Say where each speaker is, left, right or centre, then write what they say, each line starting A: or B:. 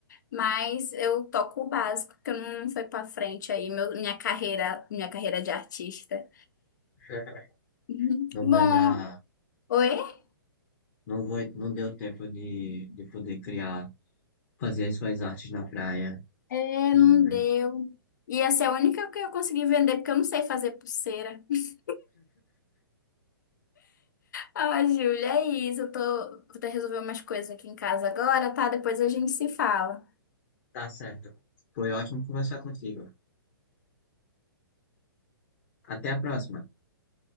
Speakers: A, on the left; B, on the left.
A: Mas eu toco o básico, porque eu não fui pra frente aí, meu- minha carreira, minha carreira de artista.
B: <laughs>
A: Uhum.
B: Não
A: Bom,
B: vai dar,
A: oi?
B: não vou não deu tempo de, de poder criar, fazer as suas artes na praia
A: É,
B: e,
A: não
B: né?
A: deu. E essa é a única que eu consegui vender, porque eu não sei fazer pulseira. <laughs> Ah, Júlia, é isso. Eu tô... Vou ter que resolver umas coisas aqui em casa agora, tá? Depois a gente se fala.
B: Tá certo. Foi ótimo conversar contigo. Até a próxima.